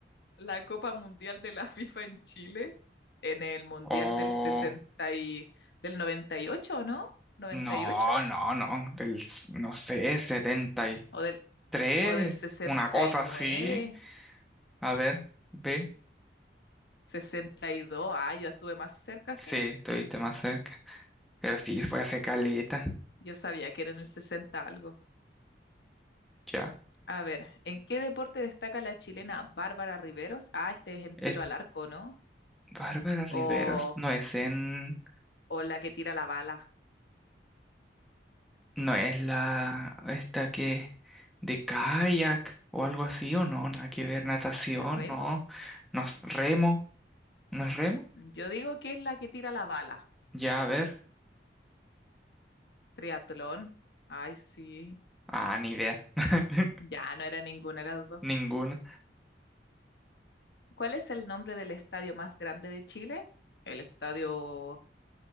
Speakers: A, on the left; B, in the centre.
A: La Copa Mundial de la FIFA en Chile, en el Mundial
B: Oh,
A: del 60 y del 98, ¿o ¿no? ¿98?
B: no, no, no, del, s- no sé, setenta y
A: ¿O del,
B: tres,
A: o del sesenta
B: una cosa
A: sesenta y nueve
B: así. A ver, ve,
A: sesenta y dos Ah, yo estuve más cerca,
B: sí,
A: sí.
B: estuviste más cerca, pero sí, fue hace caleta,
A: Yo sabía que era en el 60 algo.
B: ya.
A: A ver, ¿en qué deporte destaca la chilena Bárbara Riveros? Ah, este es en
B: Es
A: tiro al arco, ¿no?
B: Bárbara Riveros,
A: O,
B: no es en...
A: o la que tira la bala.
B: No es la esta que de kayak o algo así o no, nada que ver, natación,
A: ¿Terremo?
B: no, no es remo, ¿no es remo?
A: Yo digo que es la que tira la bala.
B: Ya, a ver,
A: Triatlón. Ay, sí.
B: ah, ni idea, <laughs>
A: Ya no era ninguna de las dos.
B: ninguna.
A: ¿Cuál es el nombre del estadio más grande de Chile? El estadio,